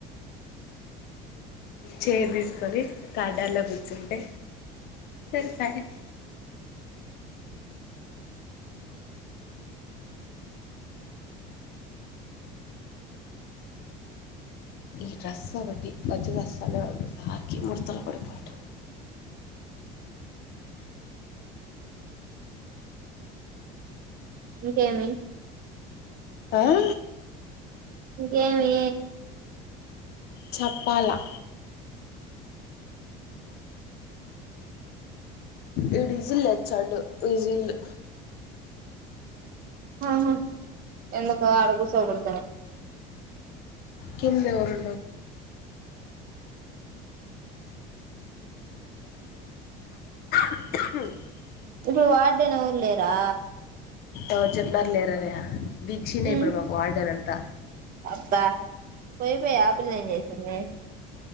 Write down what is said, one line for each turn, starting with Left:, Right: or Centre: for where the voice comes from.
Left: చైర్ తీసుకొని, కార్డాల్లో కూర్చుంటే సరిపాయ్. ఈ డ్రెస్ ఒకటి వచ్చి దస్తలేదు ఒకసారికి ముర్తలు పడిపోయేట్లు
Right: ఇంకేమి
Left: హా
Right: ఇంకేమీ
Left: చెప్పాలా ఈడు విజిలేచ్చాండు విజిల్లు
Right: అవును ఎందుకు అడగూసో గుం
Left: కింద ఎవరూ <inaudible> <inaudible>
Right: ఇటు వార్డేన్ ఎవర్లేరా
Left: ఎవరు చెప్పినారు లేరనే దీక్షినే
Right: ఉమ్
Left: ఇప్పుడు మాకు వార్డెనం త
Right: అబ్బా పోయి పొయి ఆ పిల్లేంచే <unintelligible>